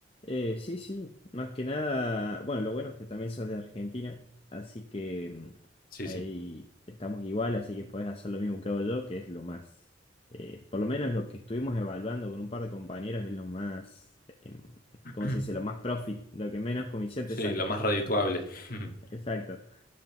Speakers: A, on the left; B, on the left.
A: Eh, sí, sí, más que nada, bueno, lo bueno es que también sos de Argentina, así que mm,
B: Sí,
A: ahí
B: sí.
A: estamos igual, así que podés hacer lo mismo que hago yo, que es lo más, eh, por lo menos lo que estuvimos evaluando con un par de compañeros es lo más, em,
B: <clears throat>
A: ¿cómo se dice? Lo más profit, lo que menos comisión
B: Sí,
A: te saca.
B: lo más redituable. <laughs>
A: Exacto.